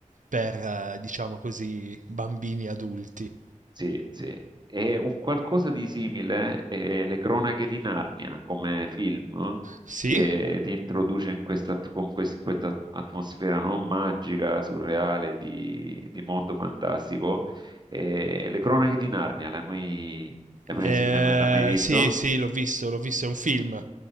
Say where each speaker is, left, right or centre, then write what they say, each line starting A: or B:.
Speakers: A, on the right; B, on the right.
A: per, eh, diciamo così, bambini adulti.
B: Sì, sì. E un qualcosa di simile è Le Cronache di Narnia come film
A: Sì?
B: che ti introduce in questa, con quest- in questa atmosfera non magica, surreale, di, di mondo fantastico. E Le Cronache di Narnia, l'hai mai, l'hai
A: Eh,
B: mai- l'hai mai- l'hai mai visto?
A: sì, sì, l'ho visto, l'ho visto, è un film.